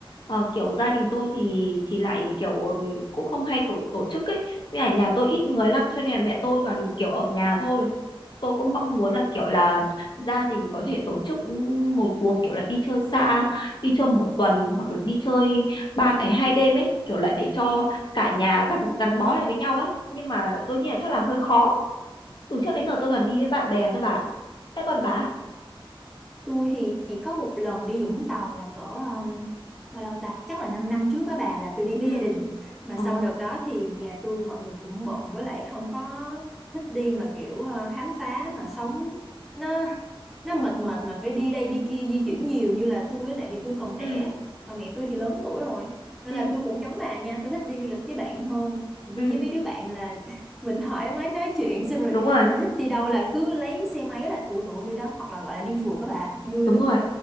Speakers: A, on the left (about 55°); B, in the centre.
A: Ờ, kiểu gia đình tôi thì thì lại kiểu ừm, cũng không hay tổ tổ chức ấy với cả nhà tôi ít người lắm cho nên là mẹ tôi toàn kiểu ở nhà thôi tôi cũng mong muốn là kiểu là gia đình có thể tổ chức một cuộc kiểu là đi chơi xa đi chơi một tuần hoặc là đi chơi ba ngày hai đêm ấy kiểu lại để cho cả nhà gắn gắn bó lại với nhau ấy nhưng mà tôi nghĩ là chắc là hơi khó từ trước đến giờ tôi toàn
B: Ừ.
A: đi với bạn bè thôi bà thế còn bà
B: Tôi thì chỉ có một lần đi Vũng Tàu là cỡ um, bao lâu ta? Chắc là 5 năm trước á bà là tôi đi với
A: ừ
B: gia đình. Mà
A: Ờ.
B: sau đợt đó thì nhà tôi mọi người cũng bận với lại không có thích đi mà kiểu ờ, khám phá mà sống nó nó mệt mệt mà phải đi đây đi kia di chuyển nhiều như là tôi á tại vì tôi còn
A: ừ
B: trẻ và mẹ tôi thì lớn tuổi rồi nên
A: Ừ,
B: là tôi cũng giống bà nha tôi thích đi du lịch với bạn hơn đi
A: ừ,
B: với mấy đứa bạn là <laughs> mình thoải mái nói chuyện xong rồi
A: đúng rồi,
B: mình thích đi đâu là cứ lấy xe máy là uổng uổng đi đó hoặc là gọi là đi phượt các bà vui
A: đúng
B: lắm
A: rồi.